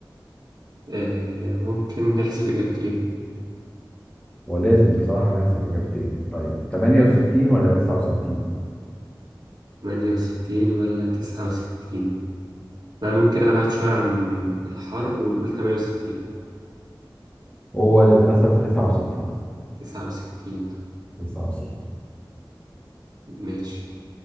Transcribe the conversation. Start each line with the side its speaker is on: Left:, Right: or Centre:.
Right: آه، ممكن نحذف إجابتين
Left: ولازم بصراحة نحذف إجابتين طيب 68 ولا 69
Right: تمانية وستين ولا تسعة وستين أنا ممكن أبعد شوية عن الحرب ونقول تمانية وستين
Left: هو للأسف 69
Right: تسعة وستين
Left: 69
Right: ماشي